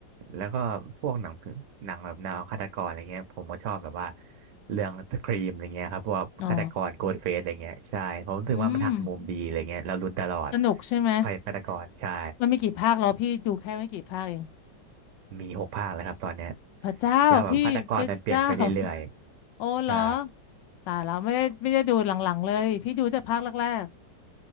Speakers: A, on the right (about 75°); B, on the left (about 85°).
A: แล้วก็พวกหนังผีหนังแบบแนวฆาตกรอะไรเงี้ยผมก็ชอบแบบว่าเรื่องสครีมอะไรเงี้ยครับพวกฆาตกรโกดเฟสอะไรเงี้ยใช่ผมรู้สึกว่ามันหักมุมดีอะไรเงี้ยเราลุ้นตลอด
B: อ๋ออืมสนุกใช่ไหม
A: ว่าใครเป็นฆาตกรใช่
B: มันมีกี่ภาคเหรอพี่ดูแค่ไม่กี่ภาคเอง
A: มีหกภาคแล้วครับตอนเนี้ย
B: พระเจ้าพี่พระเจ้า
A: แล้วแบบฆาตกรมันเปลี่ยนไปเรื่อยๆใช่
B: โอ้เหรอตายแล้วไม่ได้ไม่ได้ดูหลังๆเลยพี่ดูแต่ภาคแรก